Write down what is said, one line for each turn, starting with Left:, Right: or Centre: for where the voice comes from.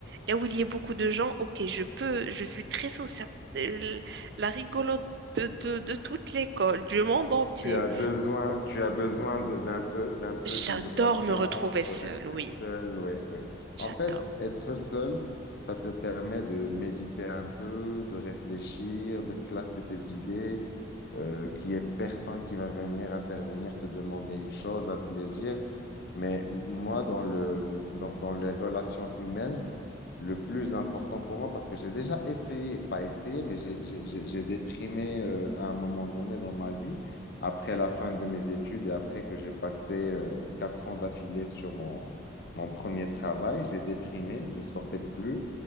Right: Là où il y a beaucoup de gens, ok, je peux, je suis très sociable. Euh, La rigolote de, de, de toute l'école, du monde entier.
Left: Tu as besoin, tu as besoin de- d'un peu, d'un peu
Right: J'adore
Left: d'isolation,
Right: me retrouver seule,
Left: de rester
Right: oui.
Left: seul, ouais, ouais.
Right: J'adore.
Left: En fait, être seul, ça te permet de méditer un peu, de réfléchir, de classer tes idées, euh, qu'il n'y ait personne qui va venir intervenir, te demander une chose, un plaisir. Mais moi, dans le, dans, dans les relations humaines, le plus important pour moi parce que j'ai déjà essayé, pas essayé, mais j'ai j'ai- j'ai- j'ai déprimé euh, à un moment donné dans ma vie, après la fin de mes études et après que j'ai passé euh, quatre ans d'affilée sur mon, mon premier travail, j'ai déprimé, je sortais plus